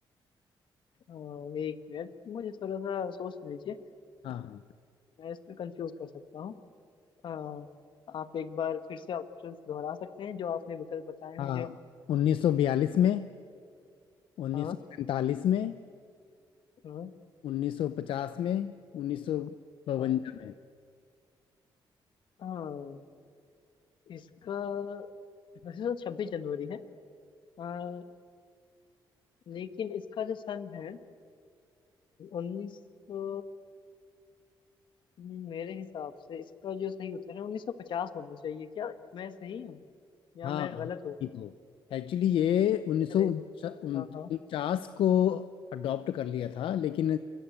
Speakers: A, on the left; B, on the left.
A: अ, एक मिनट मुझे थोड़ा सा सोच लीजिए
B: हाँ
A: मैं इसमें कंफ्यूज कर सकता हूँ अ, आप एक बार फिर से ऑप्शंस दोहरा सकते हैं जो आपने विकल्प बताए हैं
B: हाँ
A: मुझे
B: हाँ 1942 में 1945
A: हाँ
B: में
A: हाँ
B: 1950 में 1952
A: हाँ
B: में
A: हाँ इसका वैसे तो छब्बीस जनवरी है अ, लेकिन इसका जो सन है उन्नीस सौ मेरे हिसाब से इसका जो सही उत्तर है उन्नीस सौ पचास होना चाहिए क्या मैं सही हूँ या
B: हाँ
A: मैं गलत हूँ
B: देखो एक्चुअली ये उन्नीस
A: अरे
B: सौ उनचास
A: हाँ हाँ
B: को अडॉप्ट कर लिया था लेकिन